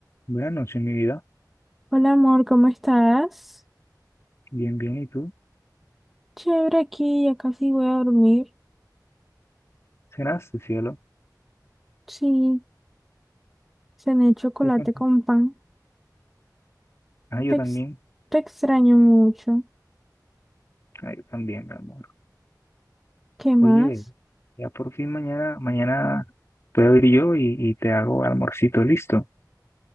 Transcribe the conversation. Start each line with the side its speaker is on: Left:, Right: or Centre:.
Left: Buenas noches, mi vida.
Centre: Hola amor, ¿cómo estás?
Left: Bien, bien. ¿Y tú?
Centre: Chévere aquí, ya casi voy a dormir.
Left: ¿Cenaste, cielo?
Centre: Sí, cené chocolate
Left: ¿Qué cuentas?
Centre: con pan.
Left: Ah, yo
Centre: Te, ex-
Left: también.
Centre: te extraño mucho.
Left: Ah, yo también, mi amor.
Centre: ¿Qué más?
Left: Oye, ya por fin mañana, mañana puedo ir yo y, y te hago almorcito listo.